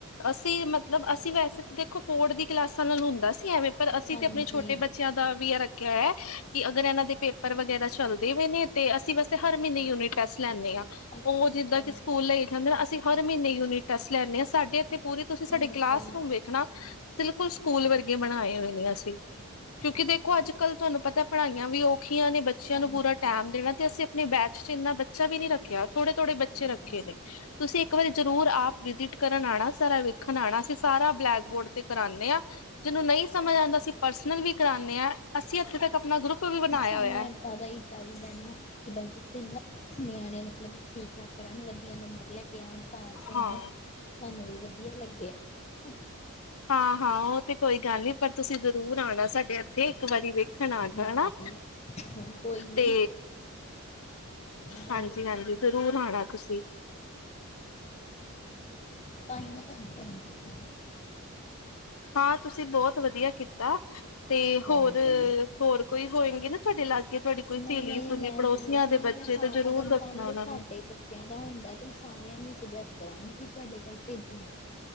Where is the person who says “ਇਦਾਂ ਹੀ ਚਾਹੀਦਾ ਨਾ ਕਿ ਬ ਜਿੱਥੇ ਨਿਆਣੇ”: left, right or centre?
Left